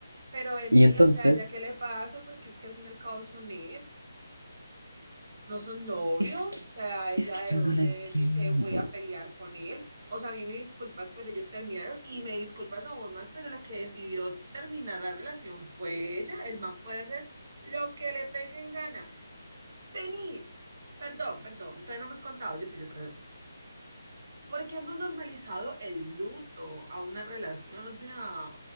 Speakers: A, on the right; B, on the right.
A: Pero vení,
B: Y entonces,
A: o sea, ¿ya qué le pasa? Porque es que al fin y al cabo son nits. No son novios,
B: es que,
A: o sea, ella
B: es que
A: de
B: yo
A: dónde
B: no la entiendo.
A: dice voy a pelear con él. O sea, a mí me disculpas, pero ellos terminaron y me disculpas a vos más, pero la que decidió terminar la relación fue ella. El man puede hacer lo que le pegue en gana. Vení, perdón, perdón, todavía no me has contado, yo sí te perdón. ¿Por qué hemos normalizado el luto a una relación? O sea,